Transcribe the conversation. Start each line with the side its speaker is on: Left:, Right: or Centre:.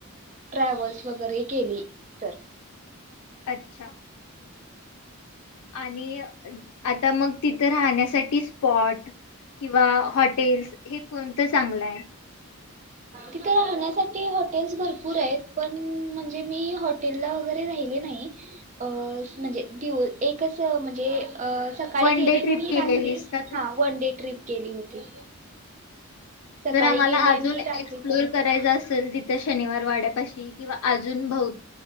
Right: ट्रॅव्हल्स वगैरे केली तर.
Left: अच्छा. आणि आता मग तिथं राहण्यासाठीच... स्पॉट- किंवा हॉटेल्स हे कोणतं चांगलं आहे?
Right: तिथे राहण्यासाठी हॉटेल्स भरपूर आहेत पण, म्हणजे मी हॉटेलला वगैरे राहिले नाही म्हणजे दिव एकच म्हणजे- अ सकाळी
Left: वन
Right: गेले,
Left: डे
Right: नी
Left: ट्रिप
Right: मी
Left: केलेलीस
Right: रात्री
Left: का तू?
Right: हा वन डे. ट्रिप केली होती. सकाळी
Left: जर आम्हांला
Right: गेली
Left: अजून
Right: आणि रात्री
Left: एक्सप्लोर
Right: परत
Left: करायचं असेल ति त्या शनिवार वाड्यापाशी किंवा अजून भोव